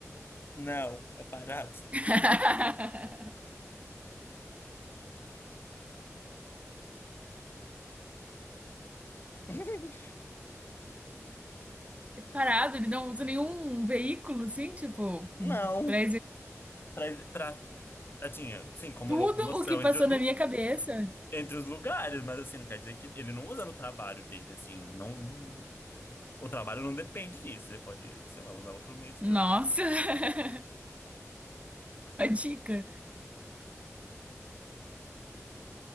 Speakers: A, on the left; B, on the right.
A: Não, é parado.
B: <laughs>
A: <laughs>
B: Parado, ele não usa nenhum veículo, assim, tipo,
A: Não.
B: pra
A: Pra, pra, assim, assim, como
B: Tudo
A: locomoção
B: o que passou
A: entre os
B: na minha cabeça.
A: entre os lugares, mas assim, não quer dizer que ele não usa no trabalho dele, assim, não, o trabalho não depende disso, ele pode, sei lá, usar outro meio de
B: Nossa,
A: transporte.
B: <laughs> a dica.